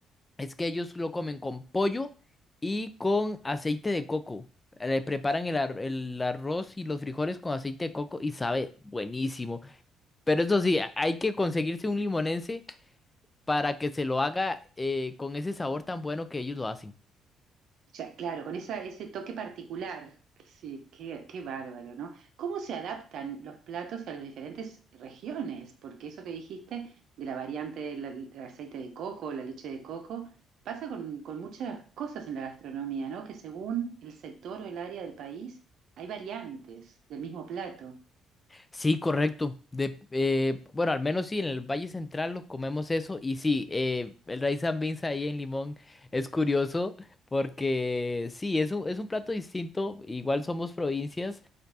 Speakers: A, on the left (about 20°); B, on the right (about 70°).
A: es que ellos lo comen con pollo y con aceite de coco. Le preparan el, ar- el arroz y los frijoles con aceite de coco y sabe buenísimo. Pero eso sí, a- hay que conseguirse un limonense para que se lo haga eh, con ese sabor tan bueno que ellos lo hacen.
B: Ya, claro, con esa, ese toque particular. Sí, qué, qué bárbaro, ¿no? ¿Cómo se adaptan los platos a las diferentes regiones? Porque eso que dijiste de la variante del, del aceite de coco, la leche de coco, pasa con, con muchas cosas en la gastronomía, ¿no? Que según el sector o el área del país, hay variantes del mismo plato.
A: Sí, correcto. De, eh, bueno, al menos sí, en el Valle Central lo comemos eso. Y sí, eh, el rice and beans ahí en Limón es curioso porque sí, es un, es un plato distinto. Igual somos provincias,